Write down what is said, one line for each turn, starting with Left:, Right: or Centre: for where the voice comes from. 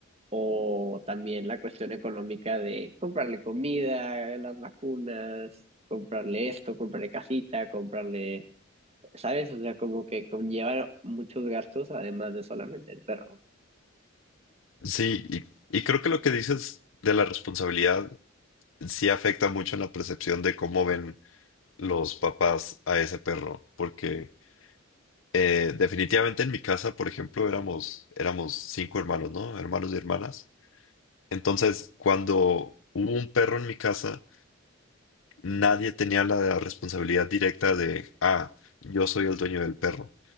Right: o también la cuestión económica de comprarle comida, las vacunas, comprarle esto, comprarle casita, comprarle, ¿sabes? O sea, como que conlleva muchos gastos además de solamente el perro.
Left: Sí, y, y creo que lo que dices de la responsabilidad sí afecta mucho en la percepción de cómo ven los papás a ese perro, porque... Eh, definitivamente en mi casa, por ejemplo, éramos, éramos cinco hermanos, ¿no? Hermanos y hermanas. Entonces, cuando hubo un perro en mi casa, nadie tenía la responsabilidad directa de, ah, yo soy el dueño del perro.